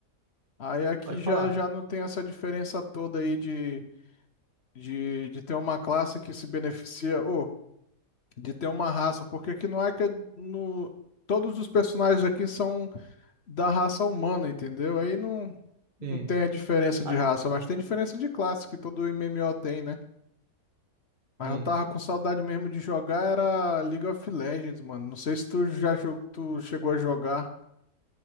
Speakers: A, on the left; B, on the right.
A: aí aqui
B: Pode
A: já
B: falar.
A: já não tem essa diferença toda aí de, de, de ter uma classe que se beneficia ou de ter uma raça, porque aqui no Ica no todos os personagens aqui são da raça humana, entendeu? Aí não não
B: Sim.
A: tem a diferença
B: Ah,
A: de raça, mas tem diferença de classe que todo MMO tem, né? Mas
B: sim.
A: eu tava com saudade mesmo de jogar, era League of Legends, mano. Não sei se tu já jogou, tu chegou a jogar.